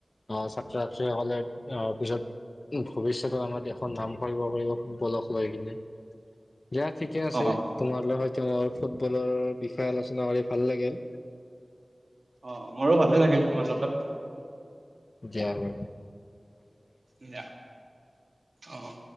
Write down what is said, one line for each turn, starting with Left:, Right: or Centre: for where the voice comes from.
Left: আহ ছাত্ৰ ছাত্ৰীসকলে আহ পিছত ভৱিষ্যতত আমাৰ দেশৰ নাম কৰিব পাৰিব ফুটবলক লৈ কিনে। যা ঠিকে আছে
Right: অ
Left: তোমাৰ হয় তেওঁ ফুটবলৰ বিষয়ে আলোচনা কৰি ভাল লাগিল।
Right: অঁ মোৰো ভালে লাগিল তোমাৰ লগত
Left: যাম
Right: ই অঁ'